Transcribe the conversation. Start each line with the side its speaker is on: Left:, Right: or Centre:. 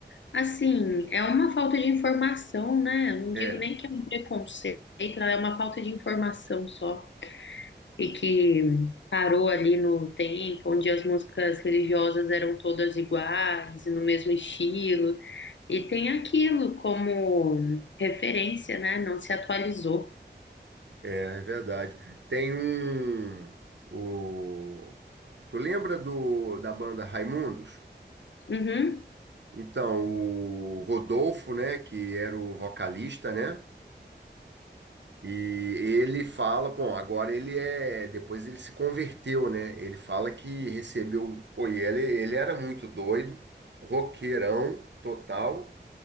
Left: Assim, é uma falta de informação, né? Eu Não digo
Right: É,
Left: nem que é um preconceito, é uma falta de informação só. E que parou ali no tempo, onde as músicas religiosas eram todas iguais, no mesmo estilo. E tem aquilo como referência, né? Não se atualizou.
Right: é é verdade. Tem um. O, tu lembra do, da banda Raimundos?
Left: Uhum.
Right: Então, o Rodolfo, né, que era o vocalista, né? E ele fala, bom, agora ele é, depois ele se converteu, né? Ele fala que recebeu, pô, e ele, ele era muito doido, roqueirão total,